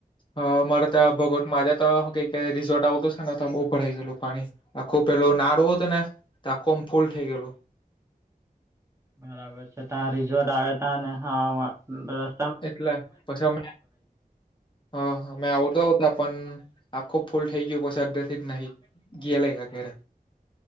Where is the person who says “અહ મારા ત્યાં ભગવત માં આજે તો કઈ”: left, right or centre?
Left